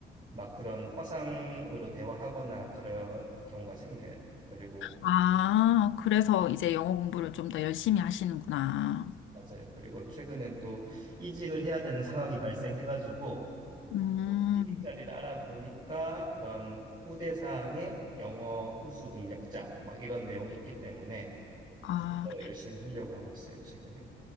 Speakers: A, on the right; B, on the left.
A: 막 그런 화상으로 대화하거나 그런 경우가 생겨요. 그리고
B: 아, 그래서 이제 영어 공부를 좀 더 열심히 하시는구나.
A: 맞아요. 그리고 최근엔 또 이직을 해야 되는 상황이 발생해가지고
B: 음,
A: 이직 자리를 알아보니까 그런 우대사항에 영어 우수 능력자 막 이런 내용이 있기 때문에
B: 아,
A: 좀 더 열심히 하려고 하고 있어요, 최근엔.